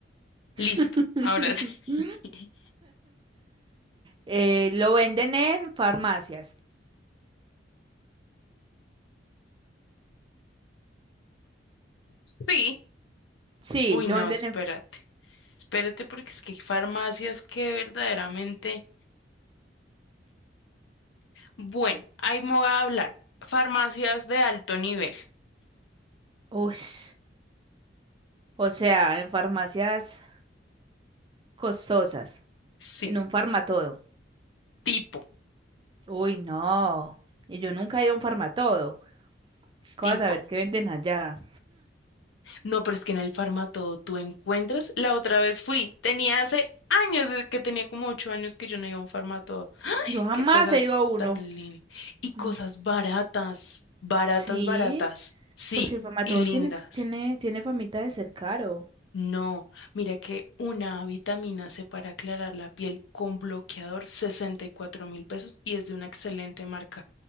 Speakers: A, on the left; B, on the right.
A: Listo,
B: <laughs>
A: ahora sí. <laughs>
B: Eh, lo venden en farmacias.
A: Sí.
B: Sí,
A: Uy,
B: lo
A: no,
B: venden
A: espérate.
B: en...
A: Espérate porque es que hay farmacias que verdaderamente... Bueno, ahí me voy a hablar. Farmacias de alto nivel.
B: Ush. O sea, en farmacias costosas,
A: Sí,
B: en un farmatodo.
A: tipo,
B: Uy, no. Y yo nunca he ido a un farmatodo. ¿Cómo
A: tipo.
B: vas a ver qué venden allá?
A: No, pero es que en el Farmatodo tú encuentras. La otra vez fui, tenía hace años, desde que tenía como ocho años que yo no iba a un Farmatodo.
B: Yo jamás
A: Qué cosas
B: he ido a uno.
A: tan lindas. Y cosas
B: Mm,
A: baratas, baratas,
B: Sí,
A: baratas. Sí,
B: porque el farmatodo
A: y lindas.
B: tiene, tiene, tiene famita de ser caro.
A: No, mira que una vitamina C para aclarar la piel con bloqueador, sesenta y cuatro mil pesos y es de una excelente marca.